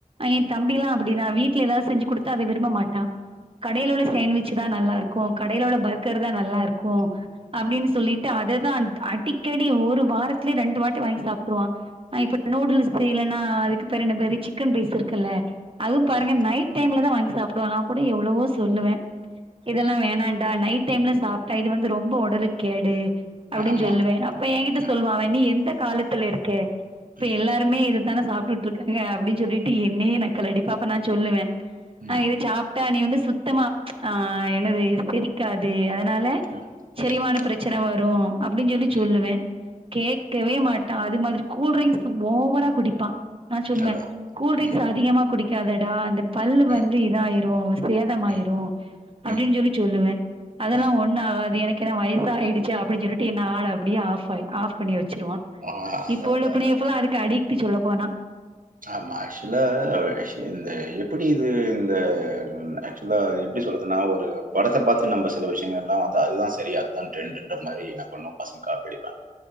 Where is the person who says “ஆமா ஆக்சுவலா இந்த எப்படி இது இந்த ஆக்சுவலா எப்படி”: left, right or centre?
Right